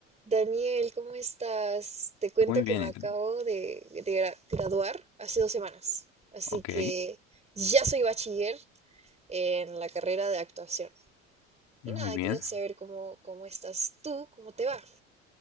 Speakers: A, on the right; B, on the left.
A: Daniel, ¿cómo estás? Te cuento
B: Muy bien,
A: que me
B: ¿y
A: acabo
B: tú?
A: de, de gra- graduar hace dos semanas, así
B: Ok,
A: que ya soy bachiller en la carrera de actuación.
B: muy
A: Y nada,
B: bien.
A: quería saber cómo, cómo estás tú, cómo te va.